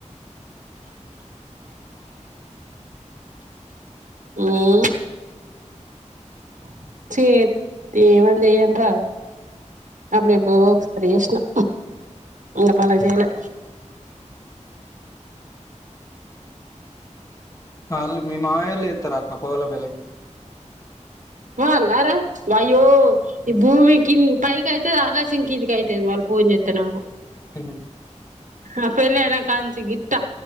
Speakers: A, on the right; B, on the left.
A: ఉమ్ <unintelligible> ఏమ చేయంట అప్పుడు ఎప్పుడు సర ఇష్టం అంగ మళ చేయలే
B: అ మీ మాయాలు ఎతే రాక పోవాల పేలే
A: వల్లరా అయ్యో భూమి కింద పైకి అవుతుంది ఆకాశం కిందికి అవుతది వాళ్ళు భోజన్ చేస్తే నాకు
B: స <unintelligible>
A: ఆ పేలే ఎన కాన్ంచి గిట్టా